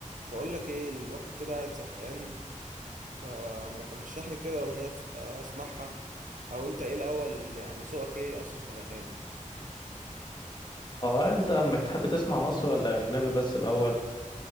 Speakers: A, on the right; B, on the left.
A: بقول لك ايه الواحد كده قاعد زهقان فما ترشح لي كده اغنيه تس- اسمعها او انت ايه الاول يعني ذوقك ايه اصلا في الاغاني
B: اه انت بتحب تسمع مصري ولا اجنبي بس الاول